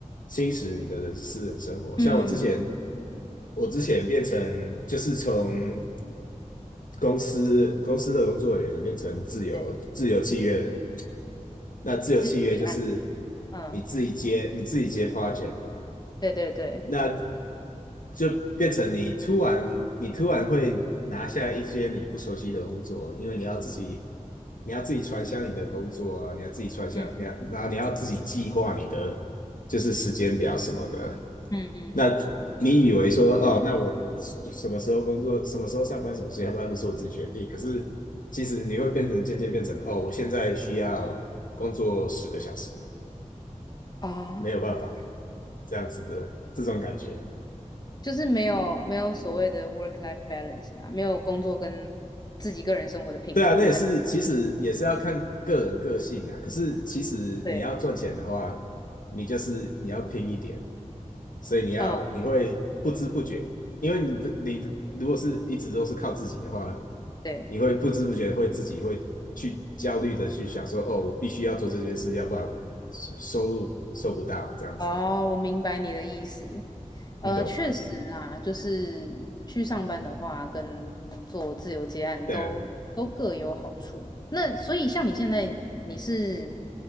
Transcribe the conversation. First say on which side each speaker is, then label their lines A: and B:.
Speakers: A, on the left; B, on the left.
A: 侵蚀你的人私人生活。
B: 嗯，
A: 像我之前，我之前变成就是从公司公司的工作人员变成自由自由契约人。
B: 对，
A: 那自由契约就是
B: 自己按的，嗯，
A: 你自己接你自己接 project 嘛，
B: 对对对，
A: 那就变成你突然你突然会拿下一些你不熟悉的工作，因为你要自己。你要自己传销你的工作啊，你要自己传销，
B: 嗯
A: 你要，然后你要自己计划你的就是时间表什么的。
B: 嗯嗯
A: 那你以为说哦，那我什么时候工作，什么时候上班，什么时候下班都是我自己决定。可是其实你会变成渐渐变成哦，我现在需要工作十个小时，
B: 嗯，
A: 没有办法
B: 啊，
A: 这样子的这种感觉。
B: 就是没有没有所谓的 work life balance 啦，没有工作跟自己个人生活的平衡这样，
A: 对啊，那也是其实也是要看个人个性啊。可是其实你要赚钱的话，
B: 对啦，
A: 你就是你要拼一点，所以你要你会不知不觉，
B: 嗯，
A: 因为你的你如果是一直都是靠自己的话。
B: 对。
A: 你会不知不觉会自己会去焦虑的去想说，哦，我必须要做这件事，要不然我们收入收不到这样子，
B: 哦，我明白你的意思。
A: 你懂吗？
B: 呃，确实啦，就是去上班的话，跟做自由接案都都各有好处。
A: 对啊，
B: 那所以像你现在，你是